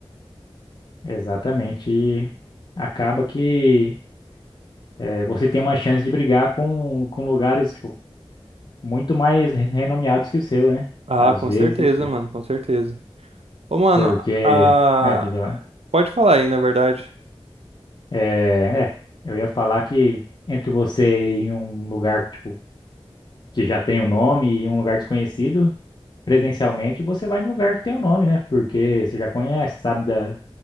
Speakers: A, on the left; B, on the right.
A: Exatamente. E acaba que eh, você tem uma chance de brigar com, com lugares tipo, muito mais re- renomeados que o seu, né?
B: Ah,
A: Às
B: com
A: vezes,
B: certeza, mano, com certeza. Ô, mano,
A: porque.
B: a...
A: Ah, diga lá.
B: pode falar aí, na verdade.
A: É, é, eu ia falar que entre você ir em um lugar tipo, que já tem o nome e um lugar desconhecido, presencialmente você vai em um lugar que tem o nome, né? Porque você já conhece, sabe da,